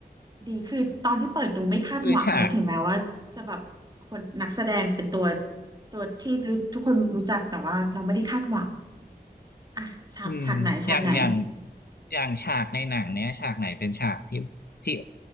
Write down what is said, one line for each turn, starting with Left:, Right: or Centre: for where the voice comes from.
Right: ดีคือตอนที่เปิดดูไม่คาดหวังเลยถึงแม้ว่าจะแบบคนนักแสดงเป็นตัว
Left: คือฉาก
Right: ตัวที่รู้ทุกคนรู้จักแต่ว่าเราไม่ได้คาดหวังอ่ะฉากฉากไหนฉากไหน
Left: อืมอย่างอย่างอย่างฉากในหนังเนี้ยฉากไหนเป็นฉากที่ที่